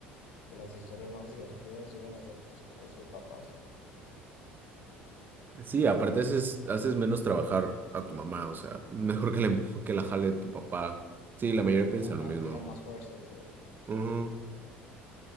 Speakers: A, on the left; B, on the right.
A: que las historias más divertidas llegan a ser pues con nuestros papás.
B: Sí, aparte haces, haces menos trabajar a tu mamá, o sea, <laughs> mejor que, le- que la jale tu papá. Sí, la mayoría piensa
A: Ajá,
B: lo mismo.
A: tienen más fuerza y todo.
B: Ujú.